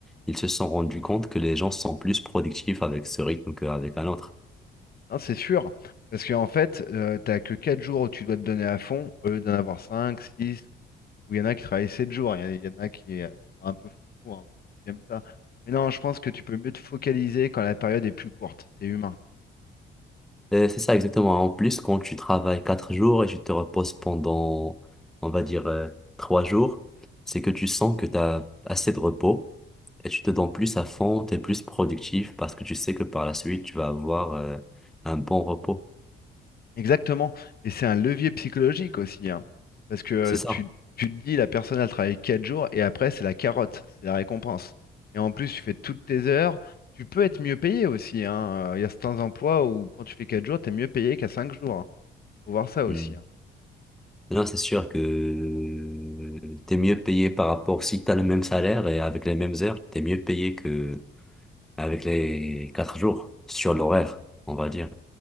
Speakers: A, in the centre; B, on the left.
A: Ils se sont rendus compte que les gens sont plus productifs avec ce rythme qu'avec un autre.
B: Non, c'est sûr. Parce qu'en fait, tu t'as que 4 jours où tu dois te donner à fond au lieu d'en avoir 5, 6. où il y en a qui travaillent 7 jours, il y en a il y en a qui, euh, qui sont un peu foufous, hein, qui aiment ça. Mais non, je pense que tu peux mieux te focaliser quand la période est plus courte, c'est humain.
A: Euh, c'est ça exactement. En plus, quand tu travailles quatre jours et tu te reposes pendant, on va dire, euh, trois jours, c'est que tu sens que tu as assez de repos et tu te donnes plus à fond, tu es plus productif parce que tu sais que par la suite, tu vas avoir euh, un bon repos.
B: Exactement, et c'est un levier psychologique aussi, hein. parce que euh,
A: C'est ça.
B: tu, tu te dis, la personne, elle travaille 4 jours, et après, c'est la carotte, c'est la récompense. Et en plus, tu fais toutes tes heures, tu peux être mieux payé aussi, hein. Euh, Il y a certains emplois où quand tu fais 4 jours, tu es mieux payé qu'à 5 jours, hein. Faut voir ça aussi,
A: Mm.
B: hein.
A: Là, c'est sûr que tu es mieux payé par rapport, si tu as le même salaire et avec les mêmes heures, tu es mieux payé que avec les quatre jours sur l'horaire, on va dire.